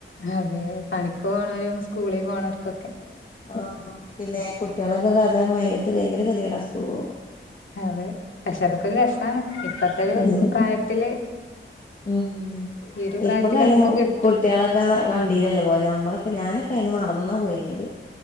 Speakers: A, on the left (about 65°); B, on the left (about 40°).
A: അതെ പണിക്ക് പോണവരും സ്കൂളിൽ പോണവർക്കൊക്കെ
B: ആ പിന്നെ കുട്ടികളൊക്കെ കഥ മയകത്ത് ഭയങ്കര കഥേടാ സ്കൂൾ പോകുമ്പോ
A: അതെ പക്ഷെ അതൊക്കൊരു രസമാണ് ഇപ്പത്തെ ഒരു
B: രസം
A: പ്രായത്തില്
B: ഉം
A: ഈ ഒരു പ്രായത്തില്
B: ഇപ്പൊക്കയിഞ്ഞ
A: അതൊക്കെ കിട്ടും
B: കുട്ടികളൊക്കെ വണ്ടിയിലല്ലേ പോ ഞമ്മളൊക്കെ ഞാനൊക്കെ അന്ന് നടന്ന അന്നാ പോനിയത്